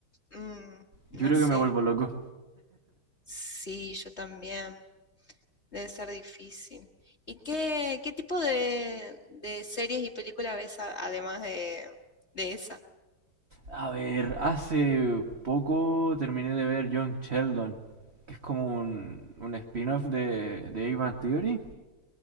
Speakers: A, on the left; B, on the right.
A: Mm,
B: Yo
A: no
B: creo
A: sé.
B: que me vuelvo loco.
A: Sí, yo también. Debe ser difícil. ¿Y qué, qué tipo de, de series y películas ves a- además de, de esa?
B: A ver, hace poco terminé de ver Young Sheldon, que es como un, un spin-off de, de Big Bang Theory,